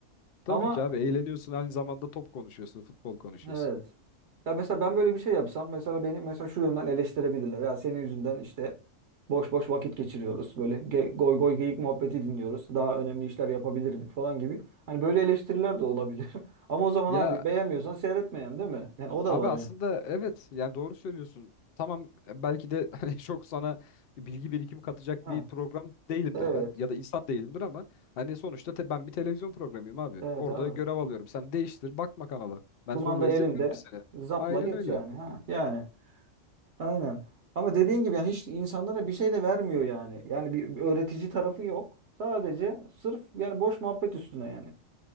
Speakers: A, on the left (about 60°); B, on the right (about 65°).
A: Tabii
B: Ama
A: ki abi eğleniyorsun aynı zamanda top konuşuyorsun, futbol konuşuyorsun.
B: evet. Ya mesela ben böyle bir şey yapsam mesela beni mesela şu yönden eleştirebilirler. Ya senin yüzünden işte boş boş vakit geçiriyoruz. Böyle ge- goy goy geyik muhabbeti dinliyoruz. Daha önemli işler yapabilirdik falan gibi. Hani böyle eleştiriler de olabilir. <laughs> Ama o zaman
A: Ya
B: abi beğenmiyorsan seyretmeyen değil mi? Yani o da
A: abi
B: var
A: aslında
B: ya.
A: evet yani doğru söylüyorsun. Tamam e, belki de <laughs> hani çok sana bilgi birikimi katacak
B: Ha,
A: bir program değilimdir
B: evet.
A: ben ya da insan değilimdir ama hani sonuçta te- ben bir televizyon programıyım abi.
B: Evet
A: Orada
B: abi.
A: görev alıyorum. Sen değiştir bakma kanala. Ben
B: Kumanda
A: zorla
B: elinde.
A: izletmiyorum ki seni.
B: Zapla
A: Aynen
B: geç
A: öyle.
B: yani. Ha, yani aynen. Ama dediğin gibi yani hiç insanlara bir şey de vermiyor yani. Yani bir, bir öğretici tarafı yok. Sadece sırf yani boş muhabbet üstüne yani.